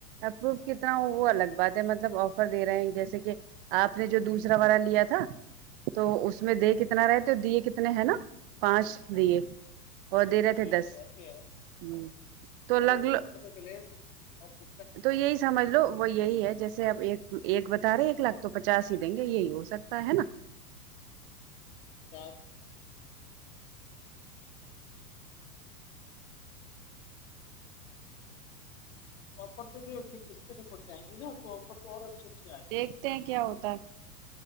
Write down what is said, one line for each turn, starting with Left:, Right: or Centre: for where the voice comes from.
Right: اپرو
Left: ہاں
Right: کتنا ہو وہ الگ بات مطلب آفر دے رہے ہیں جیسے کہ آپ نے جو دوسرا والا لیا تھا تو اس میں دے کتنا رہے تو دیے کتنے ہیں نا پانچ
Left: ہاں
Right: دیے اور دے رہے تھے
Left: ہاں
Right: دس
Left: تو ایسے ہے
Right: ھمم تو الگ
Left: تو پتا تو چلے کہ آپ
Right: تو یہی سمجھ لو وہ یہی ہے جیسے اب ایک ایک بتا رہے ایک لاکھ تو پچاس ہی دیں گے یہی ہو سکتا ہے نا
Left: کیا ا فر تو یہ پستے میں پڑ جائیں گی نا تو آفر تو اور اچھی اچھیے آئے
Right: دیکھتے ہیں کیا ہوتا ہے